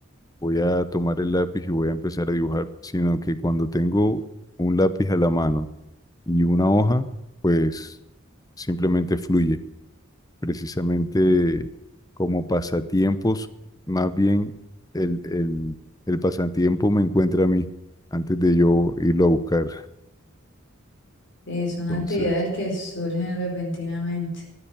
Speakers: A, on the left; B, on the left.
A: voy a tomar el lápiz y voy a empezar a dibujar, sino que cuando tengo un lápiz a la mano y una hoja, pues simplemente fluye. Precisamente como pasatiempos, más bien el, el, el pasatiempo me encuentra a mí antes de yo irlo a buscar.
B: Eh, son actividades
A: Entonces,
B: que surgen repentinamente.